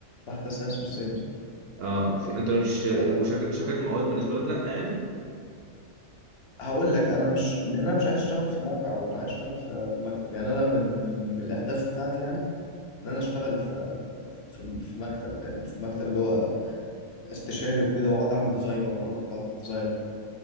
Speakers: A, on the left (about 60°); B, on the right (about 60°).
A: واحدة ثانية اسمها سيمز
B: اه في انت مش وشركات
A: أه
B: المقاولات بالنسبه لك لا يعني
A: هقول لك انا مش لان انا مش عايز اشتغل في موقع ولا عايز اشتغل في في مكتب يعني انا من من, من الاهداف بتاعتي يعني ان انا اشتغل في في في مكتب يعني في مكتب اللي هو استشاري وكده واقعد اعمل ديزاين وابقى الراجل بتاع الديزاين وحاجات